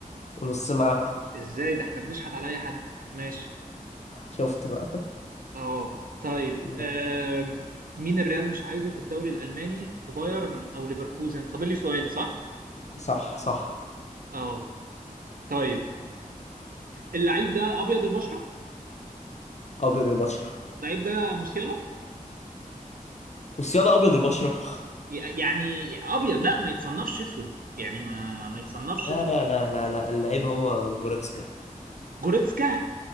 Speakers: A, on the left; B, on the right.
A: ونص ملعب
B: ازاي ده احنا بنشحت على اي حد ماشي
A: شفت بقى
B: اه طيب
A: <laughs>
B: آم. مين الريال مش عايزه في الدوري الالماني في بايرن او ليفركوزن فاضل لي سؤال صح
A: صح صح
B: اه طيب اللعيب ده ابيض البشره
A: ابيض البشر
B: اللعيب ده موسيالا
A: بس يلا ابيض البشره
B: ي- يعني ابيض لا ما يتصنفش اسود يعني ما ما يتصنفش
A: لا
B: اسود
A: لا لا لا لا اللعيب هو جوريتسكا
B: جوريتسكا